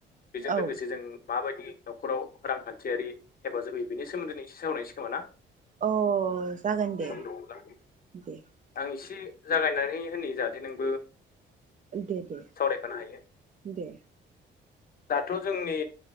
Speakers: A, on the left; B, on the right.
A: बेजों
B: औ
A: लोगोसे जों माबायदि न'खराव रांखान्थियारि हेफाजाब होयो बेनि सोमोन्दै नों एसे सावरायनायसै खोमा ना
B: अ जागोन दे
A: सम दङब्ला
B: दे
A: आं एसे जागायनानै होनि जाहाथे नोंबो
B: दे दे
A: सावरायफानो हायो
B: दे
A: दाथ' जोंनि